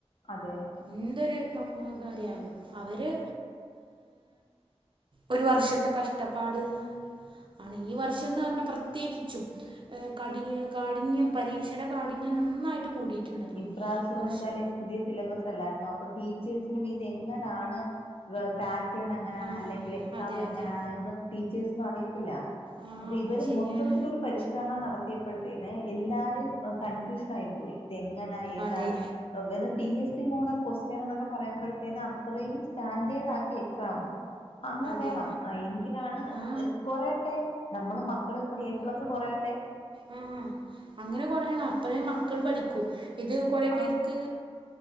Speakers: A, on the left (about 55°); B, on the right (about 50°).
A: അതെ
B: എന്തൊരു സമൂഹകാരി ആയാലും അവര് ഒരു വർഷത്തെ കഷ്ടപ്പാട് ആണ് ഈ വർഷംന്ന് പറഞ്ഞാ പ്രത്യേകിച്ചും കടി കാഠിന്യം പരീക്ഷയുടെ കാഠിന്യം നന്നായിട്ട് കൂടിയിട്ടുണ്ടല്ലോ
A: ഇപ്രാവശ്യംന്ന്
B: ഈ വർഷം
A: വെച്ചാല് പുതിയ സിലബസ് അല്ലായിരുന്നു അപ്പൊ ടീച്ചേഴ്സിനും ഇത് എങ്ങനാണ് സാ റ്റേൺ എങ്ങനാണ്
B: ആ
A: അല്ലെങ്കിൽ എക്സാം
B: അതെ
A: എങ്ങനാണ്
B: അതെ
A: എന്ന് ടീച്ചേഴ്സിനും അറിയത്തില്ല
B: ആ
A: അപ്പൊ ഇവര്
B: ശരിയാണ്
A: മൊത്തത്തിൽ ഒരു പരിഷ്കരണം നട ത്തിയപ്പോഴത്തേന് എല്ലാരും കൺഫ്യൂഷൻ ആയി പോയി ഇതാ എങ്ങനാ ഏതാണ്
B: അതെ
A: ത് P S C model question എന്നൊക്കെ പറയുമ്പോഴത്തേനും അത്രയും സ്റ്റാൻഡേർഡ് ആക്കി എക്സാമ് അങ്ങനെ
B: അതെ
A: വേണം എങ്കിലാണ്
B: ആ
A: കൊറയട്ടെ നമ്മള് മക്കള് ഇപ്പ എ പ്ലസ് കൊറയട്ടെ
B: ആഹ് അങ്ങനെ കൊറയാണം അപ്പഴേ മക്കൾ പഠിക്കൂ ഇത് കൊറെ
A: ആ
B: പേർക്ക്